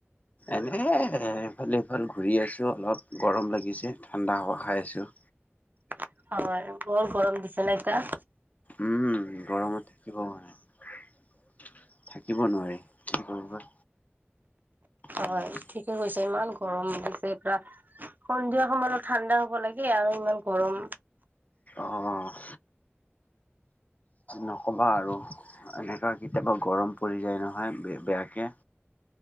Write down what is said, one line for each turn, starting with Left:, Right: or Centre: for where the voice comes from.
Left: এনে এ ইফালে সিফাল ঘূৰি আছো অলপ গৰম লাগিছে ঠাণ্ডা হাৱা খাই আছোঁ।
Right: অ', হয়, বৰ গৰম দিছে ন এটা।
Left: উম, গৰমত থাকিব <unintelligible> থাকিব নোৱাৰি, <unintelligible> উম
Right: হয়, ঠিকে কৈছে ইমান গৰম দিছে এটা, সন্ধিয়া সময়ত ঠাণ্ডা হ'ব লাগে আৰু ইমান গৰম
Left: অ', নক'বা আৰু। এনেকা কেতিয়াবা গৰম পৰি যায় ন। ইমান বেয়া বেয়াকে।